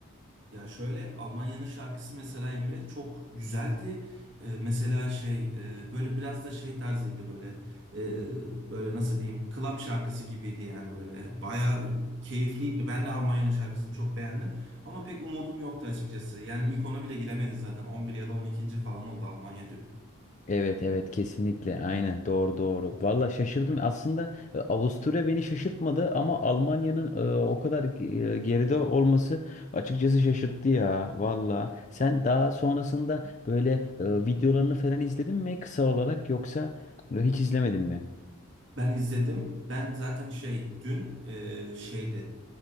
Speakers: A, on the right; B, on the left.
A: Ya şöyle Almanya'nın şarkısı mesela Emre çok güzeldi. Ee, mesela şey e, böyle biraz da şey tarzıydı böyle e, böyle nasıl diyeyim club şarkısı gibiydi yani böyle bayağı keyifliydi. Ben de Almanya'nın şarkısını çok beğendim ama pek umudum yoktu açıkçası. Yani ilk ona bile giremedi zaten 11 ya da 12. falan oldu Almanya dün.
B: Evet evet kesinlikle aynen doğru doğru. Valla şaşırdım aslında e, Avusturya beni şaşırtmadı ama Almanya'nın e, o kadar ge- e, geride olması açıkçası şaşırttı ya valla. Sen daha sonrasında böyle e, videolarını falan izledin mi kısa olarak yoksa e, hiç izlemedin mi?
A: Ben izledim. Ben zaten şey dün e, şeydi.